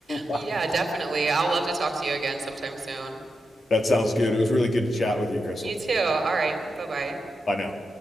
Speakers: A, on the left; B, on the right.
A: again.
B: Yeah, definitely.
A: <laughs>
B: I'll love to talk to you again sometime soon.
A: That sounds good. It was really good to chat with you, Crystal.
B: You too. All right. Bye bye.
A: Bye now.